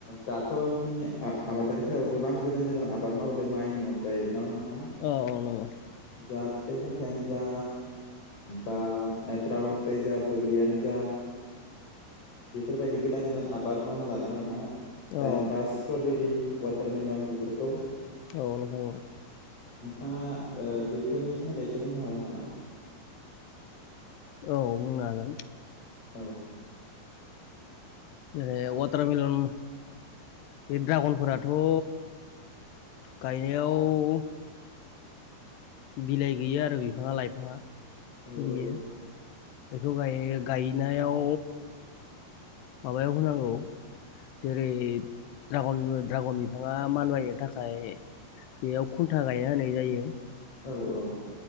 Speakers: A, on the left; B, on the left.
A: दाथ' जोंनि आ-आबादारिफोराबो गोबां गोदान गोदान आबाद मावदों माइनि अनगायै न नोंथां।
B: औ औ नंगौ
A: जा फिथाइ सामथायानो जा बा ड्रागन फिथाय जा बैग्रियानो जा बेफोरबायदि गोदान गोदान आबाद मावनो लादों आरोना
B: औ
A: दा बास स्ट्रबेरि वाटारमेलन बेफोरखौ
B: औ नोंथां औ
A: नोंथाङा ओ बेफोरनि सोमोन्दै एसे बुंनो हागोन नामा?
B: औ बुंनो हागोन।
A: औ
B: जेरै वाटारमेलन बे ड्रागनफोराथ' गायनायाव बिलाइ गैयो आरो बिफाङा लाइफाङा
A: औ
B: बियो।
A: औ
B: बेखौ गायो गायनायाव माबायाव होनांगौ जेरै द्रागन द्रागन बिफाङा मानबायनो थाखाय बेयाव खुन्था गायना होनाय जायो।
A: औ औ